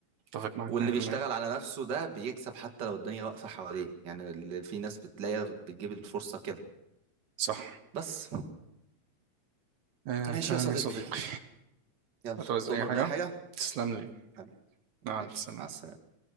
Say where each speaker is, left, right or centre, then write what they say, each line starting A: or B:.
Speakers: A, on the right; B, on the right.
A: اتفق معاك
B: واللي
A: 100%
B: بيشتغل على نفسه ده بيكسب حتى لو الدنيا واقفة حواليه يعني اللي في ناس بتلاقيها بتجيب الفرصة كده
A: صح
B: بس
A: آه،
B: ماشي
A: تمام
B: يا صديقي
A: يا صديقي
B: يلا
A: هتعوز
B: تؤمر
A: اي حاجه
B: بأي حاجة
A: تسلم لي
B: حبيبي
A: مع
B: ماشي
A: الف سلامه
B: مع السلامة